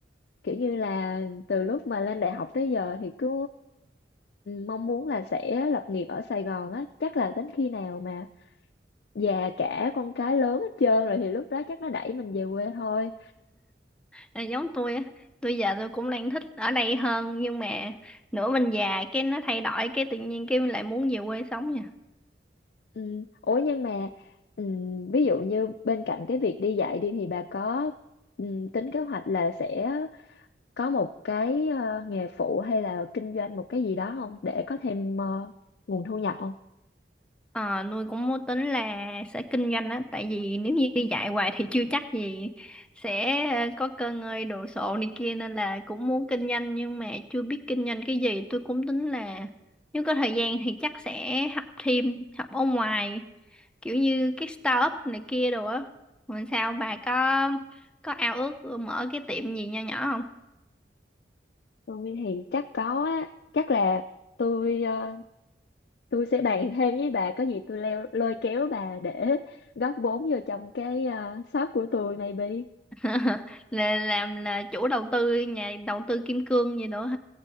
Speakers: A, on the left (about 60°); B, in the centre.
A: Kiểu như là từ lúc mà lên đại học tới giờ thì cứ mong muốn là sẽ lập nghiệp ở Sài Gòn á. Chắc là đến khi nào mà già cả con cái lớn hết trơn rồi thì lúc đó chắc nó đẩy mình về quê thôi.
B: à, giống tôi á tôi giờ tôi cũng đang thích ở đây hơn nhưng mà nửa mình già cái nó thay đổi cái tự nhiên cái mình lại muốn về quê sống nha
A: Ừ. Ủa nhưng mà ừ, ví dụ như bên cạnh cái việc đi dạy đi thì bà có ừ, tính kế hoạch là sẽ có một cái ờ, nghề phụ hay là kinh doanh một cái gì đó không để có thêm ờ, nguồn thu nhập không?
B: Ờ, nuôi cũng có tính là sẽ kinh doanh á tại vì nếu như đi dạy hoài thì chưa chắc gì sẽ ờ, có cơ ngơi đồ sộ này kia nên là cũng muốn kinh doanh nhưng mà chưa biết kinh doanh cái gì tôi cũng tính là nếu có thời gian thì chắc sẽ học thêm học ở ngoài kiểu như cái startup này kia đồ á còn sao bà có có ao ước mở cái tiệm gì nho nhỏ không
A: tôi thì chắc có á chắc là tôi ờ, tôi sẽ bàn thêm với bà có gì tôi leo lôi kéo bà để góp vốn vô trong cái ờ, shop của tôi maybe
B: <laughs> là làm là chủ đầu tư nhà đầu tư kim cương gì đó